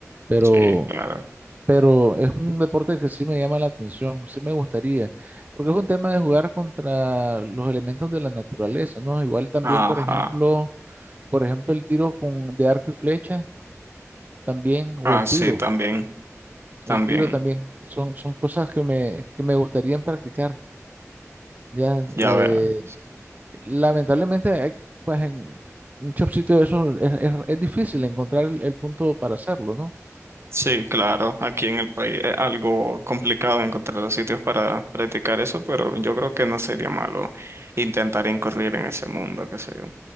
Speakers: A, on the right (about 30°); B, on the right (about 55°).
A: pero,
B: sí, claro.
A: pero es un deporte que sí me llama la atención, sí me gustaría, porque es un tema de jugar contra los elementos de la naturaleza, ¿no? Igual también,
B: Ajá,
A: por ejemplo, por ejemplo, el tiro con, de arco y flecha también, o
B: ah,
A: el
B: sí,
A: tiro.
B: también. También,
A: El tiro también. Son, son cosas que me, que me gustarían practicar. Ya,
B: ya
A: eh,
B: vea.
A: lamentablemente, hay, pues en muchos sitios de esos es, es- es difícil encontrar el, el punto para hacerlo, ¿no?
B: Sí, claro, aquí en el país es algo complicado encontrar los sitios para practicar eso, pero yo creo que no sería malo intentar incurrir en ese mundo, qué sé yo.